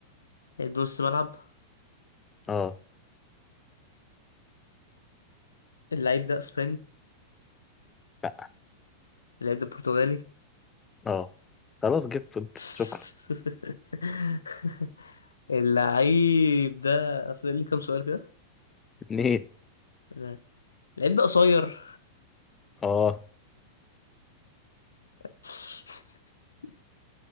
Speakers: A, on the left; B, on the left.
A: يا نص ملعب
B: اه
A: اللعيب ده اسباني
B: لا
A: اللعيب ده برتغالي
B: اه خلاص جبته انت
A: <laughs>
B: شكرا
A: اللعيب ده فاضل لي كام سؤال كده
B: اتنين
A: لا. اللعيب ده قصير
B: اه
A: <laughs>